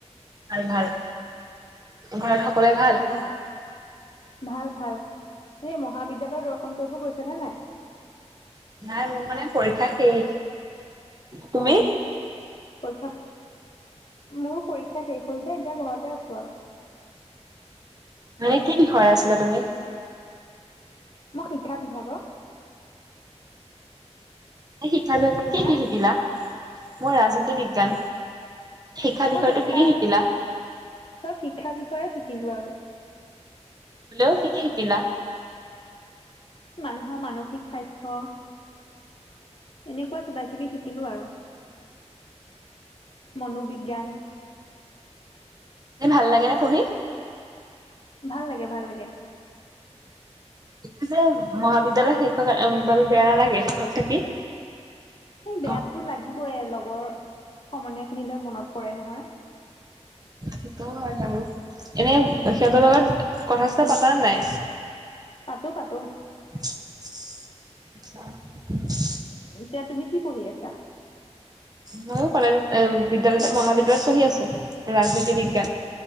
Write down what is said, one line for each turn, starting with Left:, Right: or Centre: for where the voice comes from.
Right: ভাল ভাল ঘৰত সকলোৱে ভাল
Left: অ ভাল ভাল এই মহাবিদ্যালয়ৰ দৰ্শন কৰিব গৈছে নে নাই
Right: নাই মোৰ মানে পৰীক্ষা শেষ তুমি?
Left: অ পৰীক্ষা মোৰো পৰীক্ষা শেষ হ'ল যে এতিয়া ঘৰতে আছো আৰু
Right: মানে কি বিষয় আছিলা তুমি
Left: মই শিক্ষা বিভাগৰ
Right: শিক্ষা
Left: তোমাৰ
Right: কি কি শিকিলা মই ৰাজনীতি বিজ্ঞান শিক্ষা
Left: মই
Right: বিষয়টো
Left: শিক্ষা
Right: কি কি শিকিলা?
Left: চব শিক্ষা বিষয়ে শিকিলো আৰু
Right: হলো কি কি শিকিলা
Left: মানুহৰ মানসিক স্বাস্থ্য এনেকুৱা কিবা কিবি শিকিলো আৰু মনোবিজ্ঞান
Right: এনেই ভাল লাগে নে পঢ়ি
Left: ভাল লাগে ভাল লাগে
Right: এতিয়া যে মহাবিদ্যালয় শেষ হোৱাৰ কাৰ বাবে বেয়া নালাগে ঘৰত থাকি
Left: এই বেয়াটোৰ
Right: অ'
Left: লাগিবই লগৰ সমনীয়া খিনিলৈ মনত পৰে নহয়
Right: সেইটো হয় বাৰু এনে সিহঁতৰ
Left: উম
Right: লগত কথা পাতা নাই
Left: পাতো পাতো
Right: <inaudible> <inaudible>
Left: এতিয়া তুমি কি পঢ়ি আছা
Right: মোৰ কলেজ বিদ্যালয় মহাবিদ্যালয়ত পঢ়ি আছো ৰাজনীতি বি